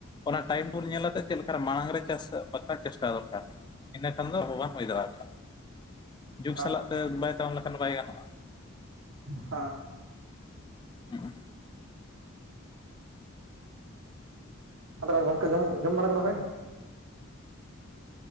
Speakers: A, on the left (about 20°); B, on the right (about 75°).
A: ᱚᱱᱟ ᱴᱟᱭᱤᱢ ᱵᱩᱱ ᱧᱮᱞ ᱠᱟᱛᱮᱜ ᱪᱮᱫ ᱞᱮᱠᱟᱨᱮ ᱢᱟᱲᱟᱝ ᱨᱮ ᱪᱟᱥ ᱵᱟᱠᱷᱟᱱ ᱪᱮᱥᱴᱟ ᱫᱚᱨᱠᱟᱨ ᱤᱱᱟ ᱠᱷᱟᱱ ᱫᱚ ᱵᱟᱝ ᱦᱩᱭ ᱫᱟᱲᱮ ᱠᱚᱜᱼᱟ ᱡᱩᱜᱽ
B: ᱦᱮᱸ
A: ᱥᱟᱞᱟᱜ ᱛᱮ ᱵᱟᱭ ᱛᱟᱦᱟᱢ ᱞᱮᱠᱷᱟᱱ ᱵᱟᱭ ᱜᱟᱱᱚᱜᱼᱟ᱾
B: ᱦᱮᱸ
A: ᱦᱩᱸ
B: ᱟᱫᱚ ᱜᱚᱝᱠᱮ ᱡᱚᱢ ᱡᱚᱢ ᱵᱟᱲᱟ ᱠᱚᱫᱚ ᱦᱩᱭᱱᱟ